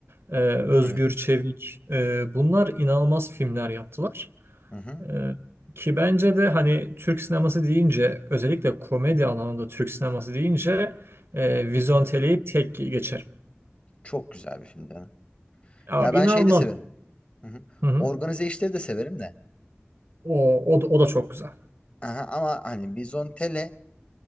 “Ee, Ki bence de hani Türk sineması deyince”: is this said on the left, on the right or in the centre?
Right